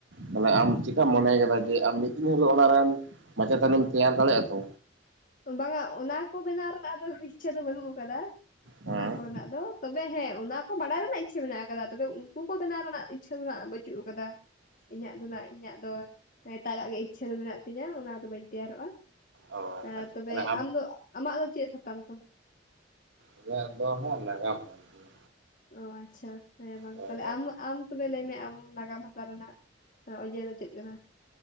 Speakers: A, on the right; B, on the left.
A: ᱢᱟᱱᱮ ᱟᱢ ᱪᱤᱠᱟᱹᱢ ᱢᱚᱱᱮᱭ ᱠᱮᱫᱟ ᱡᱮ ᱟᱢ ᱢᱤᱫ ᱫᱤᱱ ᱦᱤᱞᱳᱜ ᱚᱱᱟ ᱨᱮᱱ ᱢᱟᱪᱮᱛᱟᱱᱤᱢ ᱛᱮᱭᱟᱨ ᱫᱟᱲᱮᱜ-ᱟ ᱛᱚ?
B: ᱵᱟᱝᱟ ᱚᱱᱟ ᱠᱚ ᱵᱮᱱᱟᱣ ᱨᱮᱱᱟᱜ ᱫᱚ ᱤᱪᱪᱷᱟᱹ ᱫᱚ ᱵᱟᱹᱱᱩᱜ ᱠᱟᱫᱟ
A: ᱦᱮᱸ
B: ᱚᱱᱟ ᱠᱚᱨᱮᱱᱟᱜ ᱫᱚ᱾ ᱛᱚᱵᱮ ᱦᱮᱸ ᱚᱱᱟ ᱠᱚ ᱵᱟᱲᱟᱭ ᱨᱮᱱᱟᱜ ᱤᱪᱪᱷᱟᱹ ᱢᱮᱱᱟᱜ ᱠᱟᱫᱟ, ᱛᱚᱵᱮ ᱩᱝᱠᱩ ᱠᱚ ᱵᱮᱱᱟᱣ ᱨᱮᱱᱟᱜ ᱤᱪ ᱪᱷᱟᱹ ᱫᱚ ᱱᱟᱜ ᱵᱟᱹᱪᱩᱜ ᱠᱟᱫᱟ ᱤᱧᱟᱹᱜ ᱫᱚ ᱱᱟᱜ ᱤᱧᱟᱹᱜ ᱫᱚ ᱮᱴᱟᱜᱟᱜ ᱜᱮ ᱤᱪᱪᱷᱟᱹ ᱫᱚ ᱢᱮᱱᱟᱜ ᱛᱤᱧᱟᱹ, ᱚᱱᱟᱫᱚ ᱵᱟᱹᱧ ᱛᱮᱭᱟᱨᱚᱜ-ᱟ᱾
A: ᱚ
B: ᱮᱻ
A: ᱟᱪᱪᱷᱟ
B: ᱛᱚᱵᱮ
A: ᱛᱟᱦᱚᱞᱮ
B: ᱟᱢ ᱫᱚ ᱟᱢᱟᱜ ᱫᱚ ᱪᱮᱫ ᱥᱟᱛᱟᱢ ᱛᱟᱢ?
A: ᱤᱧᱟᱹᱜ ᱫᱚ ᱦᱟᱸᱜ ᱱᱟᱜᱟᱢ ᱠᱟᱱ ᱛᱤᱧᱟᱹ
B: ᱚ ᱟᱪᱪᱷᱟ ᱦᱮᱸ ᱵᱟᱝ
A: ᱦᱳᱭ
B: ᱛᱟᱞᱦᱮ ᱟᱢ ᱟᱢ ᱛᱚᱵᱮ ᱞᱟᱹᱭ ᱢᱮ ᱟᱢ ᱱᱟᱜᱟᱢ ᱦᱟᱛᱟᱣ ᱨᱮᱱᱟᱜ ᱱᱟ ᱚᱡᱮ ᱫᱚ ᱪᱮᱫ ᱠᱟᱱᱟ?